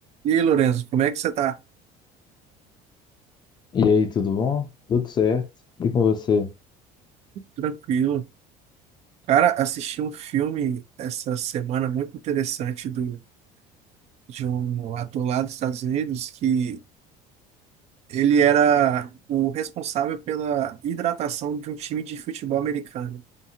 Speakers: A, on the right; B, on the left.
A: E aí, Lorenzo, como é que você tá?
B: E aí, tudo bom? Tudo certo? E com você?
A: Tranquilo? Cara, assisti um filme essa semana muito interessante do, de um ator lá dos Estados Unidos que ele era o responsável pela hidratação de um time de futebol americano.